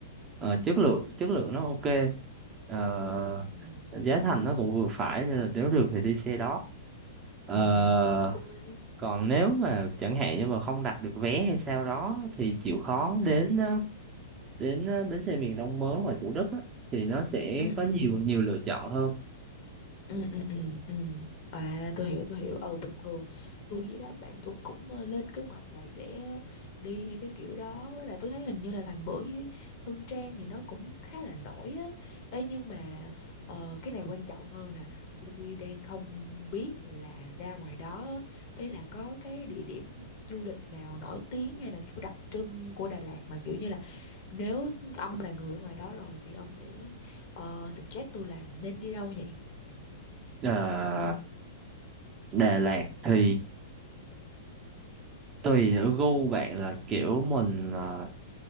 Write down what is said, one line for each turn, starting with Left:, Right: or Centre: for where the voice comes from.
Right: Ờ,
Left: ừ
Right: chất lượng chất lượng nó ok Ờ,
Left: ừ ừ ừ ừ
Right: giá thành nó cũng vừa phải nên là nếu được thì đi xe đó Ờ,
Left: ừ, ok ok
Right: còn nếu mà chẳng hạn như mà không đặt được vé hay sao đó thì chịu khó
Left: ừ
Right: đến ờ, đến ờ, bến xe miền Đông mới ngoài Thủ Đức á, thì nó sẽ
Left: ừ
Right: có
Left: ừ
Right: nhiều
Left: ừ.
Right: nhiều lựa chọn hơn
Left: ừ ừ ừ ừ à tôi hiểu tôi hiểu ừ bình thường tôi với đám bạn tôi cũng ờ, lên kế hoạch là sẽ đi hay cái kiểu đó với lại tôi thấy hình như là Thành Bưởi với Phương Trang thì nó cũng khá là nổi á Ê, nhưng mà ờ, cái này quan trọng hơn nè tôi đang không biết là ra ngoài đó á, ý là có cái địa điểm du lịch nào nổi tiếng hay là kiểu đặc trưng của Đà Lạt mà kiểu như là nếu ông là người ở ngoài đó rồi thì ông sẽ ờ, suggest tôi là nên đi đâu nhỉ
Right: à, Đà Lạt thì tùy ở gu bạn là kiểu mình ờ,